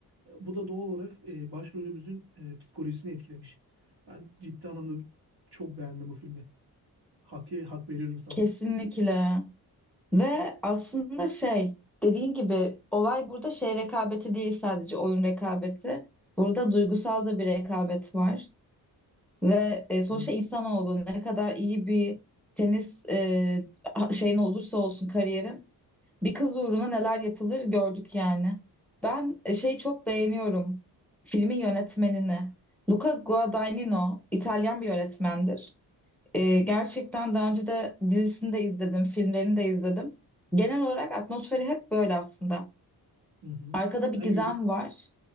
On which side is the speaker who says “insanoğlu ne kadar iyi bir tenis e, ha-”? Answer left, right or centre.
Centre